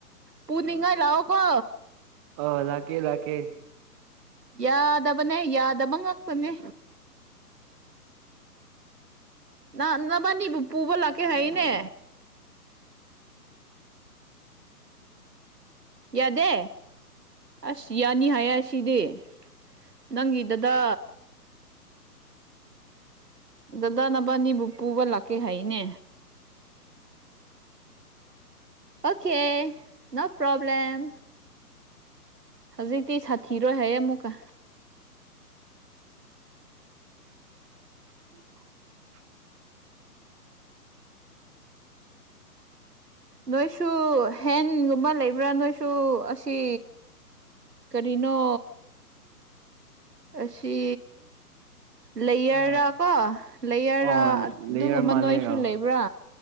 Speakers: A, on the right (about 75°); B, on the right (about 20°).
A: ꯄꯅꯤꯡꯉꯥꯏ ꯂꯥꯛꯑꯣ ꯀꯣ
B: ꯑ ꯂꯥꯛꯀꯦ ꯂꯥꯛꯀꯦ
A: ꯌꯥꯗꯕꯅꯦ ꯌꯥꯗꯕꯪ ꯉꯥꯛꯇꯅꯤ ꯅ ꯅꯕꯅꯤꯕꯨ ꯄꯨꯕꯂꯛꯀꯦ ꯍꯥꯏꯅꯦ ꯌꯥꯗꯦ ꯑꯁ ꯌꯥꯅꯤ ꯍꯥꯏꯌꯦ ꯁꯤꯗꯤ ꯅꯪꯒꯤꯗꯗ ꯗꯗꯥ ꯅꯕꯥꯅꯤ ꯕꯨꯄꯨꯕ ꯂꯥꯛꯀꯦ ꯍꯥꯏꯅꯦ ꯑꯣꯀꯦ ꯅꯣ ꯄ꯭ꯔꯣꯕ꯭ꯂꯦꯝ ꯍꯧꯖꯤꯛꯇꯤ ꯁꯥꯊꯤꯔꯣꯏ ꯍꯥꯏ ꯑꯃꯨꯛꯀ
B: <inaudible>
A: ꯅꯣꯏꯁꯨ ꯍꯦꯟꯒꯨꯝꯕ ꯂꯩꯕ꯭ꯔꯥ ꯅꯣꯏꯁꯨ ꯑꯁꯤ ꯀꯔꯤꯅꯣ ꯑꯁꯤ ꯂꯩꯌꯔꯥ
B: ꯑ
A: ꯀꯣ ꯂꯩꯌꯔꯥ
B: ꯑꯣ
A: ꯑꯗꯨꯒꯨꯝꯕ
B: ꯂꯩꯌꯔ ꯃꯥꯜꯂꯦ
A: ꯅꯣꯏꯁꯨ
B: ꯑ
A: ꯂꯩꯕ꯭ꯔꯥ